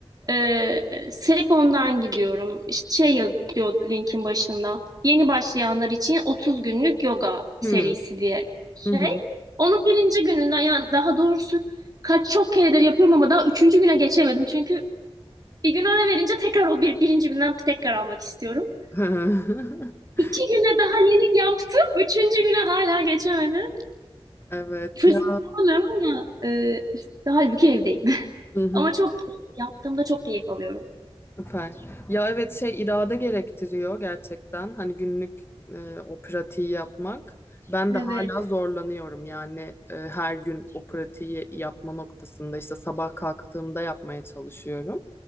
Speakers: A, on the right; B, on the left.
A: Ee, Selepon'dan gidiyorum. İşte şey yazıyor linkin başında. Yeni başlayanlar için 30 günlük yoga serisi
B: Hı
A: diye şey.
B: hı. hı.
A: Onun birinci gününden yani daha doğrusu kaç çok keredir yapıyorum ama daha üçüncü güne geçemedim. Çünkü bir gün ara verince tekrar o bir, birinci günden tekrar almak istiyorum.
B: <laughs>
A: İki güne daha yeni yaptım. Üçüncü güne hala geçemedim.
B: Evet
A: Fırsat
B: ya.
A: bulamıyorum ama e, işte halbuki evdeyim. <laughs>
B: Hı hı.
A: Ama çok keyif- yaptığımda çok keyif alıyorum.
B: Süper. Ya evet şey irade gerektiriyor gerçekten. Hani günlük e, o pratiği yapmak. Ben
A: Evet.
B: de hala zorlanıyorum yani e, her gün o pratiği yapma noktasında işte sabah kalktığımda yapmaya çalışıyorum